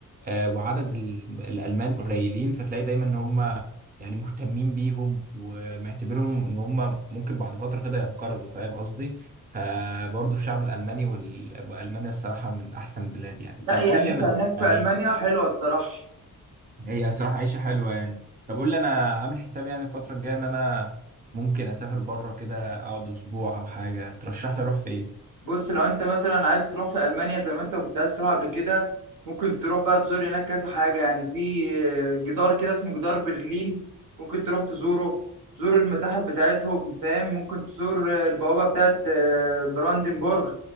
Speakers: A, on the right; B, on the right.
A: آه، وعدد ال- الألمان قليلين فتلاقي دايما إن هم يعني مهتمين بيهم ومعتبرهم إن هم ممكن بعد فترة كده ينقرضوا فاهم قصدي؟ فبرضه الشعب الألماني وال... وألمانيا الصراحة من أحسن البلاد يعني
B: لا
A: طب قول
B: يعني
A: لي
B: انت
A: أنا
B: هناك
A: يعني
B: في المانيا حلوه الصراحه
A: هي صراحة عيشة حلوة يعني طب قول لي أنا عامل حسابي يعني الفترة الجاية إن أنا ممكن أسافر بره كده أقعد أسبوع أو حاجة ترشح لي أروح فين؟
B: بص لو انت مثلا عايز تروح في المانيا زي ما انت كنت عايز تروح قبل كده ممكن تروح بقى تزور هناك كذا حاجه يعني في آه، جدار كده اسمه جدار برلين ممكن تروح تزوره تزور المتاحف بتاعتهم فاهم ممكن تزور آه، البوابه بتاعت آه، براندنبورغ